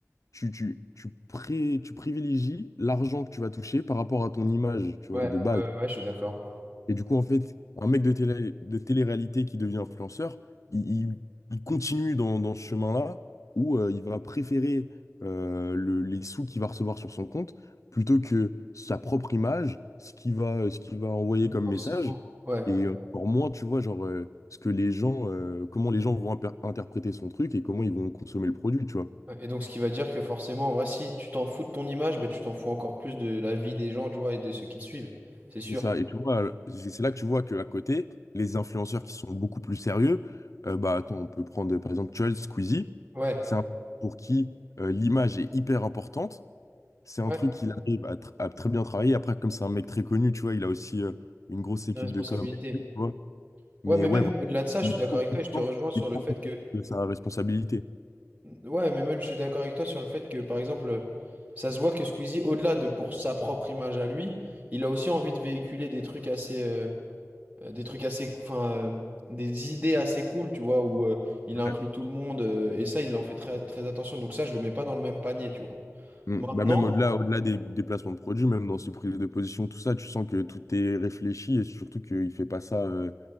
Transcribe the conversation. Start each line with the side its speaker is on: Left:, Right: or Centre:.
Left: tu, tu, tu, pré- tu privilégies l'argent que tu vas toucher par rapport à ton image, tu
Right: Ouais,
Left: vois, de base.
Right: ouais, ouais, je suis d'accord.
Left: Et du coup, en fait, un mec de télé, de télé-réalité qui devient influenceur, il, il- il continue dans, dans ce chemin-là où euh, il va préférer euh, le- les sous qu'il va recevoir sur son compte plutôt que sa propre image, ce qu'il va, ce qu'il va envoyer
Right: Donc,
Left: comme
Right: Forcément.
Left: message.
Right: Ouais.
Left: Et euh, encore moins, tu vois, genre, euh, ce que les gens, euh, comment les gens vont imper- interpréter son truc et comment ils vont consommer le produit, tu vois.
Right: Ouais. Et donc, ce qui va dire que forcément, en vrai, si tu t'en fous de ton image, bah, tu t'en fous encore plus de la vie des gens, tu vois, et de ceux qui te suivent. C'est sûr.
Left: C'est ça. Et tu vois, euh, c'est c'est là que tu vois qu'à côté, les influenceurs qui sont beaucoup plus sérieux, euh, bah attends, on peut prendre euh, par exemple Chol, Squeezie,
Right: Ouais,
Left: c'est un pour qui euh, l'image est hyper importante. C'est
Right: ouais,
Left: un truc qu'il arrive à, tr- à très bien travailler. Après, comme c'est un mec très connu, tu vois, il a aussi euh, une grosse équipe
Right: une responsabilité.
Left: de com, avec lui, tu vois. Mais
Right: Ouais, mais
Left: ouais,
Right: même
Left: voilà,
Right: au-delà de ça, je
Left: il
Right: suis d'accord
Left: prend
Right: avec toi
Left: conscience
Right: et je te rejoins sur
Left: il prend
Right: le fait
Left: conscience
Right: que.
Left: de sa responsabilité.
Right: Ouais, mais même je suis d'accord avec toi sur le fait que, par exemple, ça se voit que Squeezie, au-delà de pour sa propre image à lui, il a aussi envie de véhiculer des trucs assez, euh, euh, des trucs assez, cou- enfin, euh, des idées assez cool, tu vois, où euh, il inclut
Left: Ouais.
Right: tout le monde euh, et ça, il en fait très, très attention. Donc ça, je le mets pas dans le même panier, tu vois.
Left: Mm.
Right: Maintenant,
Left: Bah même au-delà, au-delà des, des placements de produits, même dans ses prises de position, tout ça, tu sens que tout est réfléchi et surtout qu'il fait pas ça. euh,